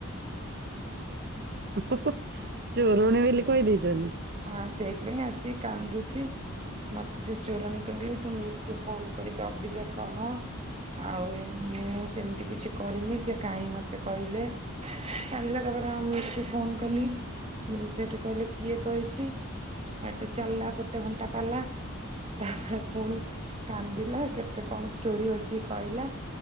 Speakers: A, on the right (about 45°); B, on the right (about 30°).
A: ହୁଁ ହୁଁ ହୁଁ ଚୋରଣି ବେଲି କହିଦେଇଛନ୍ତି।
B: ଆଁ ସେଇଥିପାଇଁ ଆସି କାନ୍ଦୁଛି। ମୋତେ ସେ ଚୋରଣି କହିଲେ ତୁ ମିସ୍ କୁ ଫୋନ୍ କରିକି ଅବିକା କହ ଆଉ ମୁଁ ସେମିତି କିଛି କରିନି ସେ କାହିଁ ମୋତେ କହିଲେ। କାନ୍ଦିଲା ତାପରେ ତାଙ୍କ ମିସ୍ କୁ ଫୋନ କଲି ମିସ୍ ସେଠୁ କହିଲେ କିଏ କହିଛି? ଚି ହେଟୁ ଚାଲିଲା ଗୋଟେ ଘଣ୍ଟା ପାଲା। ତାପରେ ପୁଣି କାନ୍ଦିଲା କେତେ କଣ ଷ୍ଟୋରି ବସିକି କହିଲା।